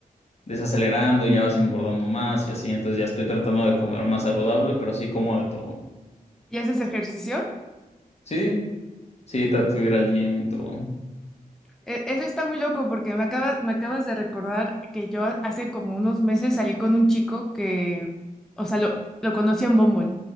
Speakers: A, on the left; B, in the centre.
A: desacelerando y ya vas engordando más y así, entonces ya estoy tratando de comer más saludable, pero sí como de todo.
B: ¿Y haces ejercicio?
A: Sí, sí, trato de ir al gym y todo.
B: E- Eso está muy loco porque me acabas, me acabas de recordar que yo hace como unos meses salí con un chico que, o sea, lo, lo conocí en Bumble